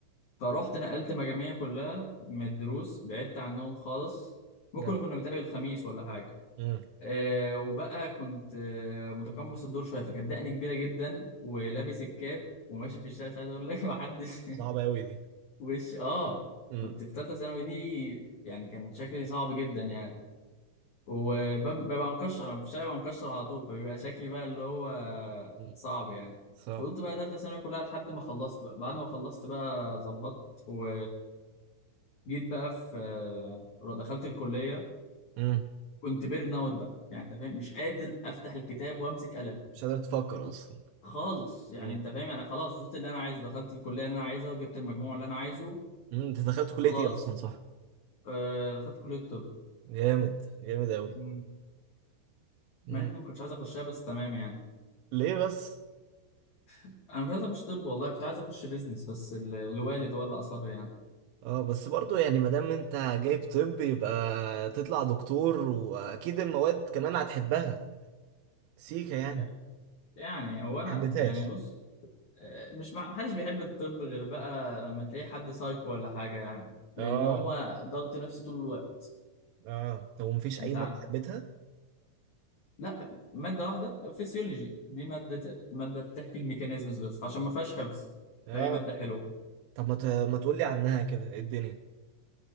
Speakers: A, on the left; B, on the right.
A: فروحت نقلت مجاميع كلها من الدروس بعدت عنهم خالص ممكن
B: جدع
A: كنا بنتقابل الخميس ولا حاجة
B: امم
A: آه وبقى كنت آه متقمص الدور شوية فكانت دقني كبيرة جدا ولابس الكاب وماشي في الشارع مش عايز أقول لك <laughs> محدش
B: صعبه قوي دي
A: وش آه
B: امم
A: كنت في تالتة ثانوي دي يعني كان شكلي صعب جدا يعني وببقى مكشر أنا في الشارع ببقى مكشر على طول فبيبقى شكلي بقى اللي هو
B: امم،
A: صعب يعني
B: صعب
A: فقلت بقى تالتة ثانوي كلها لحد ما خلصت بقى بعد ما خلصت بقى ظبطت و جيت بقى في آه، دخلت الكليه
B: امم
A: كنت بيرن اوت بقى يعني انت فاهم مش قادر افتح الكتاب وامسك قلم
B: مش قادر تفكر اصلا
A: خالص يعني
B: امم.
A: انت فاهم انا خلاص وصلت اللي انا عايزه دخلت الكليه اللي انا عايزها وجبت المجموع اللي انا عايزه
B: مم، انت دخلت
A: خلاص
B: كلية ايه اصلا صح
A: آه، دخلت كليه الطب
B: جامد جامد أوي
A: مم.
B: مم.
A: مع اني ما كنتش عايز اخشها بس تمام يعني
B: ليه بس
A: انا مش عايز اخش طب والله كنت عايز اخش بيزنس بس ال- الوالد هو اللي اصر يعني
B: اه بس برضو يعني ما دام انت جايب طب يبقى تطلع دكتور واكيد المواد كمان هتحبها سيكا يعني
A: لا، يعني هو انا
B: ما حبيتهاش
A: يعني بص آه، مش مع- محدش بيحب الطب غير بقى لما تلاقي حد سايكو ولا حاجه يعني لان
B: اه
A: هو ضغط نفسي طول الوقت
B: اه طب ومفيش
A: انت
B: اي مادة
A: ع-
B: حبيتها
A: لا ماده واحده فيسيولوجي دي ماده ماده بتحكي الميكانيزمز بس عشان ما فيهاش حفظ
B: اه
A: فهي ماده حلوه
B: طب ما ت... ما تقولي عنها كده ايه الدنيا